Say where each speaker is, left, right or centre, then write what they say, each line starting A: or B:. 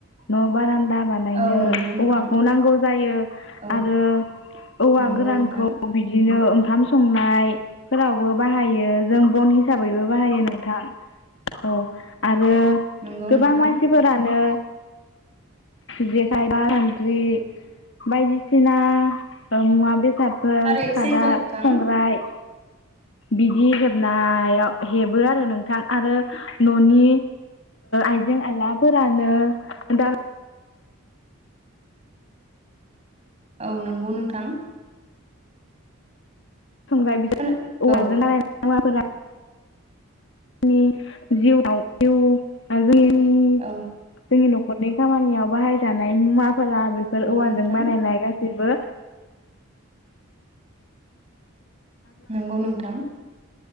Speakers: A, on the left; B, on the right.
A: न बारा दा बानायनो
B: औ नंगौ नोंथां
A: औवाखौ नांगौ जायो
B: औ
A: आरो औवा
B: नंगौ
A: गोरानखौ
B: नोंथां
A: बिदिनो ओंखाम संनाय फोरावबो बाहायो जों बन हिसाबैबो बाहायो नोंथां औ आ रो
B: नंगौ नोंथां
A: गोबां मानसिफोरानो जेखाइ बा सान्द्रि बायदिसिना मुवा बेसे फसादफोर
B: थारैनो
A: खादाब
B: सैथो नोंथां
A: संग्राय बिदि हेबनायाव हेबो आरो नोंथां आरो ननि आइजें आइलाफोरानो दा
B: औ नंगौ नोंथां
A: संग्राय बिज
B: खोना
A: औवाजों
B: औ
A: बानायनाय मुवाफोरा जोंनि जिउआव जिउ जोंनि
B: औ
A: जोंनि न खरनि खामानियाव बाहायजानाय मुवा फोरा बेफोर
B: नंगौ
A: औवाजों
B: नोंथां
A: बानायनाय गा सिबो
B: नंगौ नोंथां